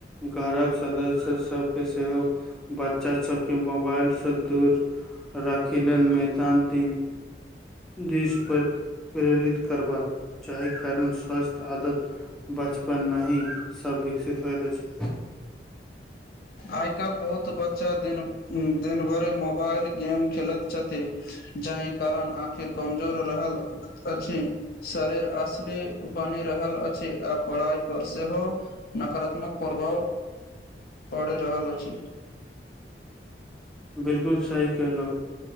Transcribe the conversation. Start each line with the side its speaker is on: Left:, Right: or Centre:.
Centre: घरक सदस्य सबके सेहो बच बच्चा सबके मोबाइलसँ दूर राखै लेल मैदान दिन दिस पर प्रेरित करबाक जाहिके कारण स्वस्थ आदत बचपन नहि सभ विकसित होइत अछि ह
Left: आइ काल् बहुत बच्चा दिन दिन भर मोबाइल गेम खेलैत छथि जाहि कारण आखिर कमजोर रहल अछि शरीर असली बनि रहल अछि आ पढ़ाइ पर सेहो नकारात्मक प्रभाव
Centre: <inaudible>
Left: पढ़ि रहल अछि
Centre: बिलकुल सही कहलो